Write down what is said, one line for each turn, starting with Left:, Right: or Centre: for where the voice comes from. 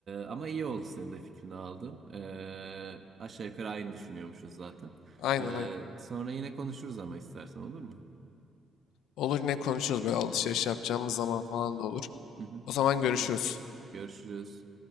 Right: ama iyi oldu senin de fikrini aldım. E, aşağı yukarı aynı düşünüyormuşuz zaten.
Left: Aynen
Right: E,
Left: aynen.
Right: sonra yine konuşuruz ama istersen olur mu?
Left: Olur yine konuşuruz böyle alışveriş yapacağımız zaman falan da olur.
Right: Hı hı.
Left: O zaman görüşürüz.
Right: Görüşürüz.